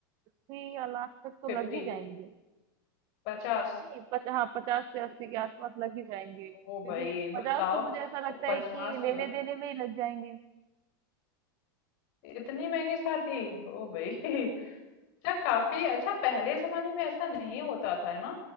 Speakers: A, on the right (about 35°); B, on the left (about 45°).
A: अस्सी या लाख तक तो
B: फिफ्टी
A: लग ही जाएंगे
B: पचास
A: नहीं पच, हाँ पचास से अस्सी के आसपास लग ही जाएंगे क्योंकि
B: ओ भाई बताओ
A: पचास तो मुझे ऐसा लगता
B: पचास
A: है कि लेने
B: लाख
A: देने में ही लग जाएंगे
B: इतनी महंगी शादी ओ भाई <laughs> अच्छा काफी अच्छा पहले जमाने में ऐसा नहीं होता था है ना